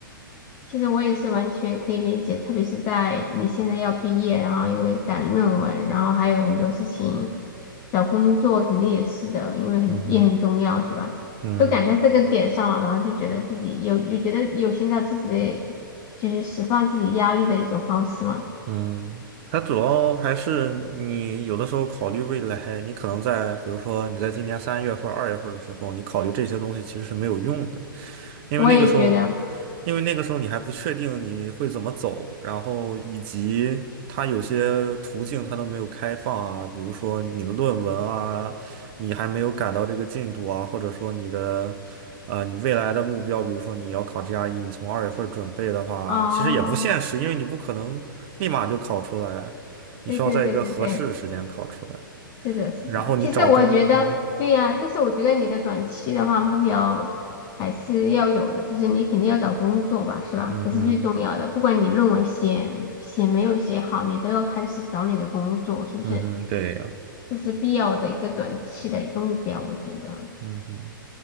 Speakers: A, on the left (about 25°); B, on the right (about 30°).
A: 其实我也是完全可以理解，特别是在你现在要毕业，然后因为赶论文，然后还有很多事情，找工作肯定也是的，因为很也很重要，
B: 嗯哼，
A: 是吧？
B: 嗯。
A: 都赶在这个点上了，然后就觉得自己有有觉得有寻找自己的，就是释放自己压力的一种方式嘛。
B: 嗯，它主要还是你有的时候考虑未来，你可能在比如说你在今年三月份儿、二月份的时候，你考虑这些东西其实是没有用的。因为那个时候，
A: 我也觉得，
B: 因为那个时候你还不确定你会怎么走，然后以及它有些途径它都没有开放啊，比如说你的论文啊，你还没有赶到这个进度啊，或者说你的，呃，你未来的目标，比如说你要考 GRE，你从二月份准备的话，
A: 哦，
B: 其实也不现实，因为你不可能立马就考出来，你需要在一个合适的时间考出来，
A: 对对对对对。是的，是的。
B: 然后你找工，
A: 其实我觉得，
B: 嗯哼，
A: 对呀，但是我觉得你的短期的话目标还是要有的，就是你肯定要找工作吧，是吧？
B: 嗯哼，
A: 这是最重要的。不管你论文写写没有写好，你都要开始找你的工作，是不是？
B: 嗯哼，对呀，
A: 这是必要的一个短期的一个目标，我觉得。
B: 嗯哼。